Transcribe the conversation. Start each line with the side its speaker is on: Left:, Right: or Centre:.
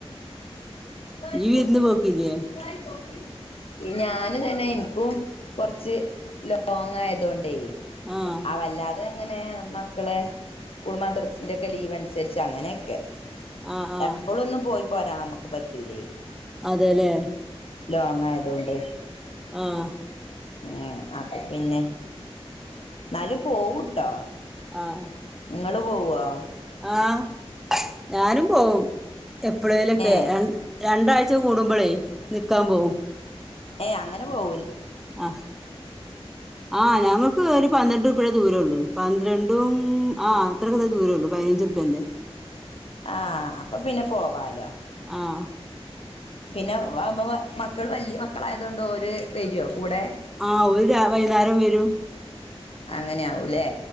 Left: തായിക്കമ
Centre: ഈ വിരുന്ന് പോക്കില്ലേ
Left: തായിക്കോ <unintelligible> ഈ ഞാന് തന്നെ ഇൻക്കും കൊർച്ച് ലോങ് ആയതൊണ്ടേ
Centre: ആഹ്
Left: അ വല്ലാതെ അങ്ങനെ മക്കളെ സ്കൂൾ മദ്രസിന്റെ ഒക്കെ ലീവ് അനുസരിച്ച് അങ്ങനെയൊക്കെ
Centre: ആഹ് ആഹ്
Left: എപ്പോളൊന്നും പോയി പോരാ നമ്മുക്ക് പറ്റൂലേ
Centre: അതെല്ലേ
Left: ലോങ്ങായത് കൊണ്ടേ
Centre: ആഹ്
Left: ഉം അപ്പൊ പിന്നെ എന്നാലും പോവൂട്ടോ
Centre: ആഹ്
Left: നിങ്ങള് പോവ്വാ
Centre: ആഹ് ഞാനും പോവും എപ്പളേലൊക്കെ
Left: ഏ
Centre: രണ്ടാഴ്ച കൂടുമ്പോളേ നിക്കാൻ പോവും
Left: ഏയ് അങ്ങനെ പോവൂ
Centre: ആ ആ ഞങ്ങക്ക് ഒരു പന്ത്രണ്ട് അത്രേ ദൂരേ ഉള്ളൂ പന്ത്രണ്ടും ആ അത്രക്ക ദൂരേ ഉള്ളൂ പതിനഞ്ചറുപേന്റെ
Left: ആഹ് അപ്പൊ പിന്നെ പോവാലോ
Centre: ആഹ്
Left: പിന്നെ വമ്മ മക്കൾ വലിയ മക്കളായതൊണ്ട് ഓര് വരോ കൂടെ
Centre: ആഹ് ഓര് രാ വൈകുന്നേരം വരും
Left: അങ്ങനെയ ആവൂല്ലേ